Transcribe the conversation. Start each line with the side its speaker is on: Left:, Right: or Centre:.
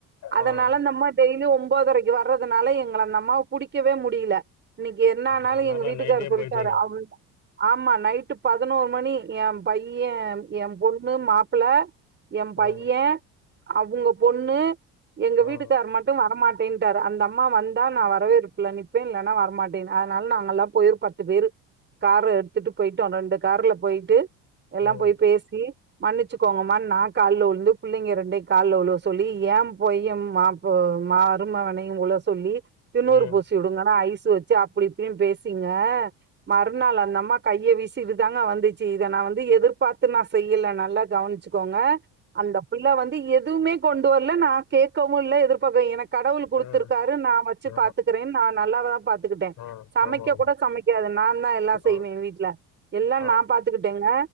Right: அதனால
Left: ஆ ஆ
Right: நம்ம டெய்லி ஒம்போதரைக்கு வர்றதுனால எங்கள அந்த அம்மாவ புடிக்கவே முடியல இன்னைக்கு என்னானாலும்
Left: அதனால
Right: எங்க வீட்டுக்காரர்
Left: நைட்டே
Right: சொல்லிட்டாரு
Left: போயிட்டீங்க
Right: அவனு ஆமா நைட்டு பதினோரு மணி என் பையன் என் பொண்ணு மாப்பிள்ள என் பையன்
Left: ம்
Right: அவங்க பொண்ணு எங்க வீட்டுக்காரர்
Left: ஆ
Right: மட்டும் வரமாட் பென்டாரு அந்த அம்மா வந்தா? நான் வரவேற்ப்ல நிப்பேன் இல்லன்னா வரமாட்டேன்னு அதனால நாங்கள் லாம் போயிரு பத்து பேர் கார எடுத்துட் போயிட்டோ ரெண்டு கார்ல போயிட்டு எல்லா
Left: ம்
Right: போய் பேசி மன்னிச்சுக்கோங்கம்மா நா கால்ல உழுந்து புள்ளைங்க இரண்டையு கால்ல ஒழுக சொல்லி ஏ பொயும் மாப்பு மா ருமவனையு உள சொல்லி திண்ணூறு
Left: ம்
Right: பூசி விடுங்கன்னா ஐஸ் வச்சு அப்படி இப்படினு பேசீங்க மறுநாள் அந்தம்மா கைய வீசிது தாங்க வந்துச்சு இத நா வந்து எதிர்பார்த்து நா செய்யல நல்லா கவனிச் ச்சுக்கோங்க அந்த புள்ளை வந்து எதுவுமே கொண்டு வரல நா கேட்கவு இல்ல எதிர்பார்க எனக்கு கடவுள் குடுத்துருக்காரு
Left: ம்
Right: நா வச்சு
Left: ஆ
Right: பாத்துக்கற நா நல்லாதா பாத்துக்கிட்ட
Left: ஆ ஆ
Right: சமைக்க
Left: ஆமா ஆமா
Right: கூட சமைக்காது நா தா எல்லா செய்வேன்
Left: ஆ
Right: வீட்டுல எல்லா
Left: ஆ
Right: நா தா பாத்துக்கிட்டேங்க